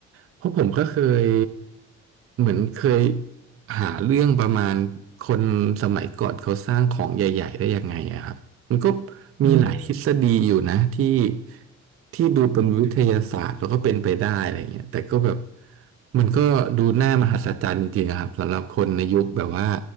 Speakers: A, on the right; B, on the right.
A: เพราะผมก็เคยเหมือนเคยหาเรื่องประมาณคนสมัยก่อนเขาสร้างของใหญ่ๆได้ยังไงอะครับมันก็
B: อืม
A: มีหลายทฤษฎีอยู่นะที่ที่ดูเป็นวิทยาศาสตร์แล้วก็เป็นไปได้อะไรเงี้ยแต่ก็แบบมันก็ดูน่ามหัศจรรย์จริงๆนะครับสำหรับคนในยุคแบบว่า